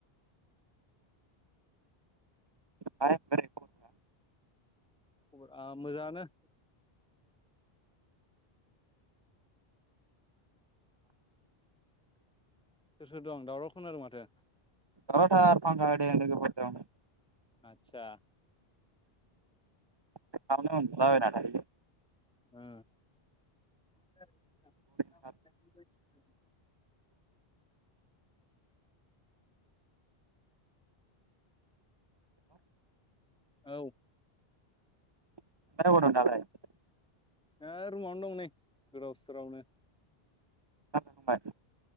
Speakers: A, on the right (about 45°); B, in the centre.
A: ओमफ्राय बोरै खबर
B: खबर आ मोजाङानो। सोर सोर दं दावराव खोनादों माथो।
A: दावराव थार फांका होदों लोगोफोर दं।
B: आतसा।
A: बेयावनो उनदुलाबायना थायोलै।
B: ओ <unintelligible>
A: ओमफ्राय
B: औ।
A: <unintelligible>
B: ए रुमावनो दं नै गोदाव सोरावनो।
A: ओंखाम जाखांबाय